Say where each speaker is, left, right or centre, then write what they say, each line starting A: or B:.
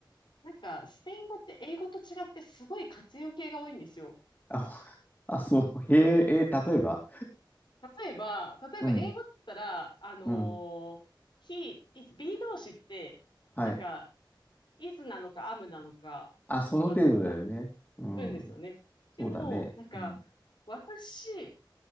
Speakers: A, on the left; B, on the left.
A: なんか、スペイン語って英語と違ってすごい活用形が多いんですよ。
B: あ、<laughs> ほあ、そう。へえ、え、例えば。
A: 例えば、例えば英語だったら、
B: うん。
A: あのー
B: うん。
A: he, is, be 動詞って、
B: はい。
A: なんか、is なのか am なのか、
B: あ、その程度だよね。
A: とか、あ、
B: うん。
A: 言うんですよね。
B: そうだね。
A: でも、なんか、
B: うん
A: 私、